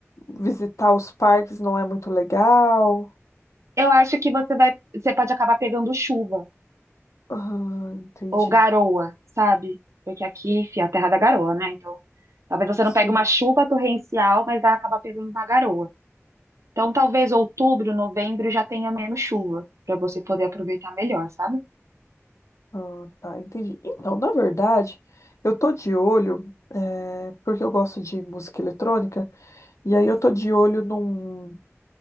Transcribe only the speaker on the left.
visitar os parques não é muito legal?
Ah, entendi.
Sim.
Ah, tá, entendi. Então, na verdade, eu tô de olho, eh, porque eu gosto de música eletrônica, e aí eu tô de olho num,